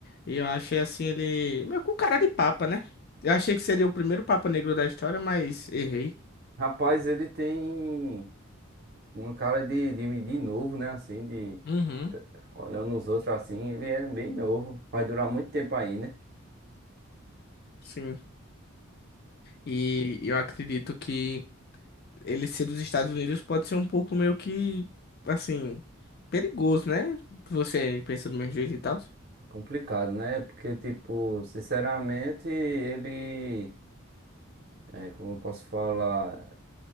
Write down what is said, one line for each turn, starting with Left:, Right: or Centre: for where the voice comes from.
Left: e eu achei assim ele meio com cara de papa, né? Eu achei que seria o primeiro papa negro da história, mas errei.
Right: Rapaz, ele tem uma cara de, de, de novo, né? Assim, de
Left: Uhum,
Right: olhando os outros assim, ele é bem novo. Vai durar muito tempo aí, né?
Left: sim. E eu acredito que ele ser dos Estados Unidos pode ser um pouco meio que assim perigoso, né? Você pensa do meu jeito e tal.
Right: Complicado, né? Porque, tipo, sinceramente, ele. É, como eu posso falar?